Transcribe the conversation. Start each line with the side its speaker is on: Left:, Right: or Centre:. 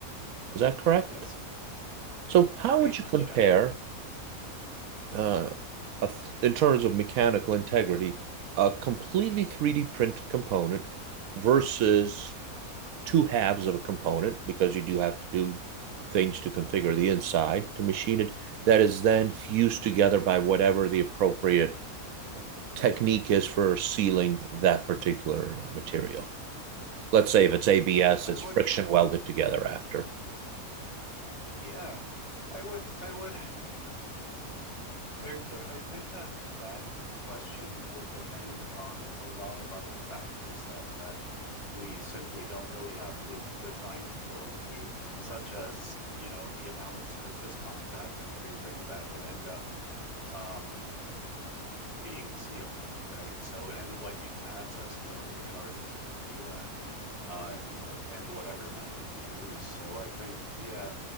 Right: Is that correct?
Left: Yes.
Right: So, how
Left: Pretty
Right: would
Left: much.
Right: you compare,
Left: Yeah.
Right: uh, a in terms of mechanical integrity, a completely 3D printed component versus two halves of a component, because you do have to do things to configure the inside to machine it, that is then fused together by whatever the appropriate technique is for sealing that particular uh, material? let's say if it's ABS,
Left: I
Right: it's
Left: would.
Right: friction welded together after.
Left: Yeah. I would. I would There, there, I think that that question would depend on a lot of other factors that that we simply don't really have the the time to go into, such as, you know, the amount of surface contact and everything that would end up. um, being sealed, right? So, and what you can access in order in order to to do that, uh, and whatever method you use. So, I think yeah,